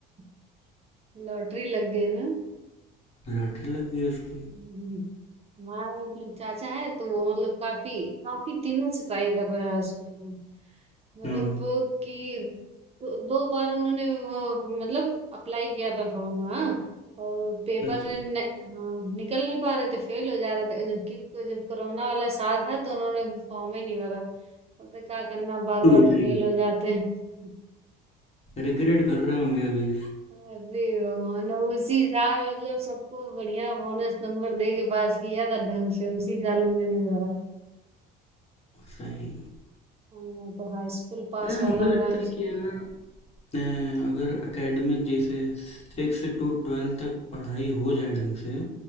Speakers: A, on the right (about 30°); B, on the left (about 30°).
A: <laughs> लॉटरी लग गई ना
B: लॉटरी लग गई उसकी
A: हम्म, हमारा एक लोग चाचा है तो वो मतलब काफी काफी दिनों से ट्राई कर रहे हैं हॉस्पिटल में मतलब
B: हाँ
A: वो कि दो, दो बार उन्होंने वो, मतलब अप्लाई किया था फॉर्म हाँ और पेपर
B: अच्छा
A: न, हाँ, निकल नहीं पा रहे थे फेल हो जा रहे थे जबकि जब कोरोना वाला साल था तो उन्होंने फॉर्म ही नहीं भरा बोलते क्या करना बार बार
B: अरे
A: तो फेल हो जाते हैं
B: रिग्रेट कर रहे होंगे अभी
A: अरे भगवान और उसी साल मतलब सबको बढ़िया बोनस नंबर दे के पास किया था ढंग से उसी साल हमने नहीं भरा
B: सही में।
A: हाँ, मैं तो हाई स्कूल पास
B: अरे हमें
A: वाला
B: लगता
A: था
B: है कि अगर अ, अगर एकेडमिक जैसे सिक्स टू ट्वेल्थ तक पढ़ाई हो जाए ढंग से